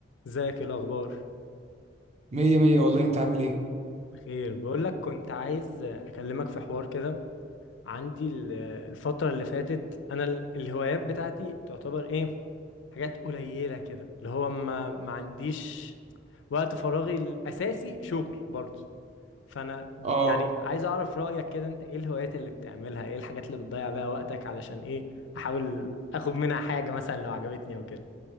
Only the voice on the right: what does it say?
مية مية والله انت عامل ايه
اه